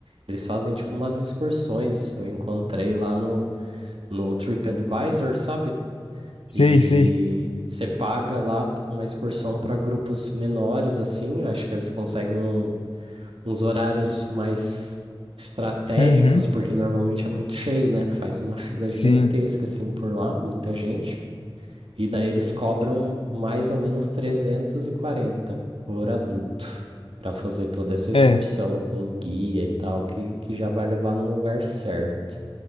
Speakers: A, on the right; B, on the left.
A: Eles fazem tipo umas excursões. Eu encontrei lá no, no TripAdvisor, sabe?
B: Sei,
A: E
B: sei.
A: você paga lá uma excursão para grupos menores, assim. Acho que eles conseguem um uns horários mais estratégicos,
B: Uhum.
A: porque normalmente é muito cheio, né? Faz uma fila
B: Sim.
A: gigantesca assim por lá, muita gente. E daí eles cobram mais ou menos 340 por adulto para fazer toda essa excursão
B: É.
A: com guia e tal, que, que já vai levar no lugar certo.